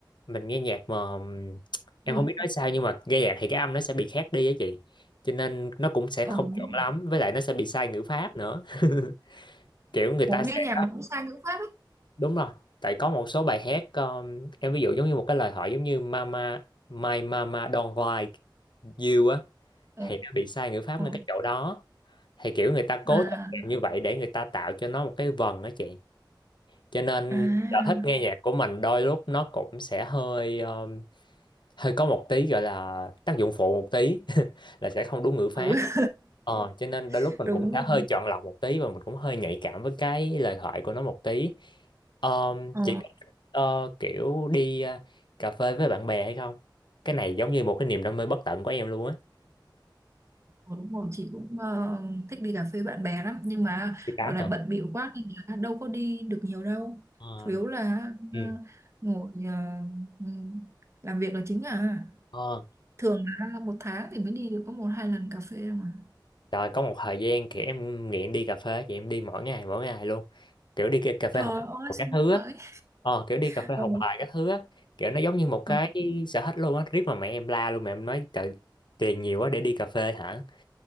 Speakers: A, on the left (about 70°); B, on the right (about 35°).
A: mình nghe nhạc mà ừm, em
B: Ừ.
A: không biết nói sao nhưng mà nghe nhạc thì cái âm nó sẽ bị khác đi á chị cho nên nó cũng sẽ
B: Ờ,
A: không chuẩn
B: đúng rồi.
A: lắm với lại nó sẽ bị sai ngữ pháp nữa <laughs> kiểu người
B: Ủa,
A: ta
B: nghe
A: sẽ
B: nhạc mà cũng sang ngữ pháp ấy.
A: đúng rồi tại có một số bài hát um, em ví dụ giống như một cái lời hỏi giống như mama my mama don't like you á
B: Ờ,
A: thì nó bị sai ngữ pháp
B: ờ.
A: ngay cái chỗ đó thì kiểu người ta
B: À,
A: cố tình làm như vậy để người ta tạo cho nó một cái vần đó chị cho nên
B: À,
A: sở thích nghe nhạc của mình đôi lúc nó cũng sẽ hơi um, hơi có một tí gọi là tác dụng phụ một tí <laughs> là sẽ không đúng ngữ pháp
B: ừ
A: ờ, cho nên
B: <laughs>
A: đôi lúc mình
B: đúng
A: cũng sẽ
B: rồi.
A: hơi chọn lọc một tí và mình cũng hơi nhạy cảm với cái lời thoại của nó một tí um,
B: Ờ,
A: chị có, ờ, kiểu đi ờ, cà phê với bạn bè hay không cái này giống như một cái niềm đam mê bất tận của em luôn á
B: ờ, đúng rồi, chị cũng ờ, thích đi cà phê bạn bè lắm. Nhưng mà
A: chị tám
B: dạo này
A: hả
B: bận bịu quá nên là đâu có đi được nhiều đâu.
A: Ờ.
B: Chủ yếu là
A: ừ
B: ờ, ngồi ờ, ừm, làm việc là chính à.
A: Ờ.
B: Thường là một tháng thì mới đi được có một hai lần cà phê đâu mà.
A: Rồi có một thời gian kiểu em nghiện đi cà phê Vậy em đi mỗi ngày mỗi ngày luôn Kiểu đi cà phê
B: Trời
A: học
B: ơi, sướng
A: các thứ
B: vậy.
A: á
B: <laughs>
A: Ờ kiểu đi cà phê
B: Ừ.
A: học bài các thứ á Kiểu nó giống như một
B: Ờ.
A: cái sở thích luôn á Riết mà mẹ em la luôn mẹ em nói trời tiền nhiều quá để đi cà phê hả